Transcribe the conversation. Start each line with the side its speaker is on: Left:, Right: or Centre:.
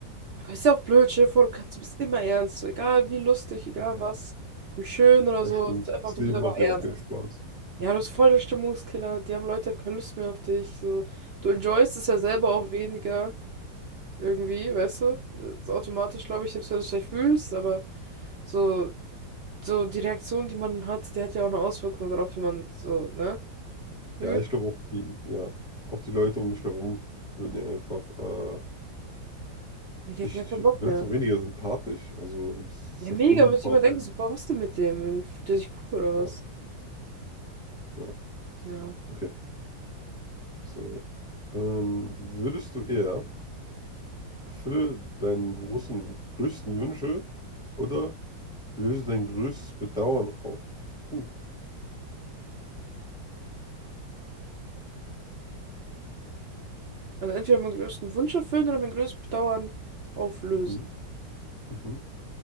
Right: Aber ist ja auch blöd, stell dir vor, du kannst, du bist immer ernst. So, egal wie lustig, egal
Centre: Ja,
Right: was, wie schön oder
Centre: das
Right: so.
Centre: stimmt.
Right: Ist einfach,
Centre: Das
Right: du
Centre: Leben
Right: bist einfach
Centre: macht
Right: ernst.
Centre: ja auch keinen Spaß.
Right: Ja, du bist voll der Stimmungskiller. Die haben Leute haben keine Lust mehr auf dich. So. Du enjoyst es ja selber auch weniger. Irgendwie, weißt du? Ist automatisch, glaube ich, selbst wenn du es vielleicht fühlst, aber so, so die Reaktion, die man hat, die hat ja auch eine Auswirkung darauf, wie man so, ne? fühlt.
Centre: Ja, ich glaube auch die, ja, auch die Leute um dich herum würden ja einfach äh,
Right: Ja, Die hatten
Centre: Dich
Right: gar keinen Bock
Centre: wird
Right: mehr.
Centre: auch weniger sympathisch. Also, du bist das
Right: Mega,
Centre: ist ja voll unsympathisch.
Right: muss ich immer denken, so, boah, was denn mit dem? Fühlt der sich cool oder
Centre: Ja,
Right: was?
Centre: ja,
Right: Ja.
Centre: okay. So. Ähm, würdest du eher erfülle deinen großen, größten Wünsche oder löse dein größtes Bedauern auf? Uh,
Right: Also entweder meinen größten Wunsch erfüllen oder mein größtes Bedauern auflösen.
Centre: mhm, mhm.